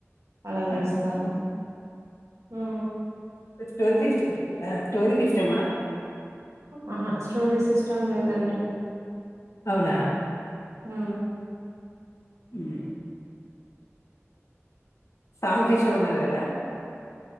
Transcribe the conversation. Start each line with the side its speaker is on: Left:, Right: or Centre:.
Right: అలా చేస్తాను
Left: ఆ
Right: ఉ
Left: స్టోరీస్ స్టోరీస్ ఇష్టమా
Right: ఆహా స్టోరీస్ ఇష్టం లేదండి
Left: అవునా
Right: అ
Left: ఉహు సాంగ్స్ ఇష్టం అన్నారు కదా